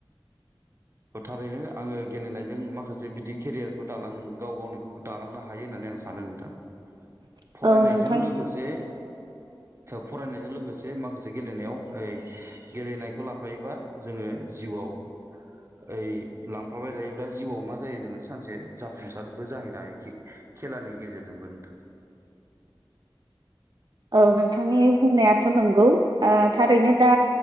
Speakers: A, on the right; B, on the right.
A: ओ-थारैनो आङो गेलेनायजों माखासे बिदि केरियारखौ दालां गाव गावनिखौ दालांनो हायो होननानै आं सा सानो नोंथां।
B: <inaudible>
A: फरायनायजों
B: नोंथां
A: लोगोसे फरायनायजों लोगोसे माखासे गेलेनायाव ओय गेलेनायखौ लाफायोबा जोङो जिउआव ओइ लांफाबाय थायोब्ला जिउआव मा जायो जोङो सानसे जाफुंसारबो जाहैनो हायोखि खेलानि गेजेरजोंबो नोंथां।
B: औ नोंथांनि बुंनायाथ' नंगौ ओ थारैनो दा